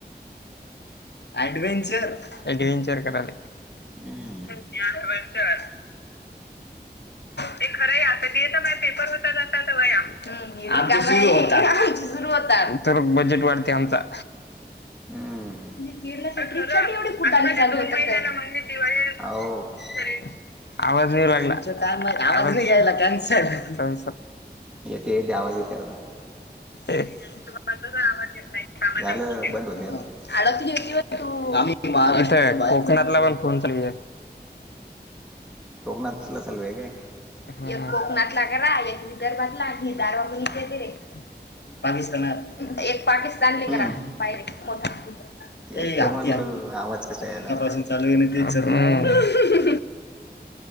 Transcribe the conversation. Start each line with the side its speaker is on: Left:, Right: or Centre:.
Left: ॲडवहेंचर ॲडवहेंचर कराले
Centre: हम्
Left: वच ते खरं आता येत मा पेपर होता जातात या सुरव तर बजेट वाढते आमचा
Centre: हम
Left: म्हणजे केरळ्र एवढे कट दिवाळी
Centre: हो
Left: आवाज नाही लागला काय आवाज नाहीघ्यायला कॅनसर
Centre: यथे येते आवाज येते आता
Left: ह तुम्हाला तस आवाज येत नाही कामाच्या
Centre: झालं
Left: गोष्टी
Centre: बंद होते आता
Left: आड कोकणातला पण फोन चालू
Centre: तोघ ना तसला सल वेग आहे
Left: एक कोकणातला करा एक विदर्भातला क दारवा मु ते रे पाकिस्ताना एक पाकिस्तान ल
Centre: हम्म.
Left: कात पायर मोठ
Centre: तेच
Left: ए हत्ती
Centre: तर म्हणलं
Left: हत्ती
Centre: आवाज कसा
Left: कमंगपासून
Centre: यायला
Left: चालू आहे ना ते